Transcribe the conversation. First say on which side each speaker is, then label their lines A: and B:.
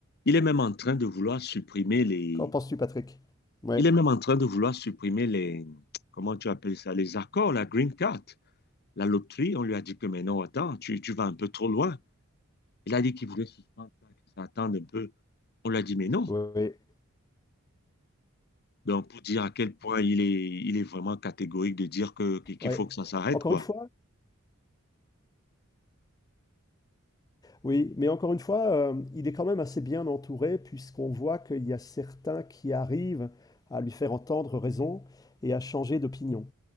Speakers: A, on the left; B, on the left.
A: Il est même en train de vouloir supprimer les...
B: Qu'en penses-tu, Patrick? Ouais,
A: Il est même en train de vouloir supprimer les... Comment tu appelles ça? Les accords, la green card, la loterie. On lui a dit que, mais non, attends, tu, tu vas un peu trop loin. Il a dit qu'il voulait suspendre, qu'il s'attende un peu. On lui a dit, mais non.
B: ouais, ouais.
A: Donc, pour dire à quel point il est, il est vraiment catégorique de dire que, qu'il
B: Ouais.
A: faut que ça s'arrête,
B: Encore
A: quoi.
B: une fois, Oui, mais encore une fois, euh, il est quand même assez bien entouré puisqu'on voit qu'il y a certains qui arrivent à lui faire entendre raison et à changer d'opinion.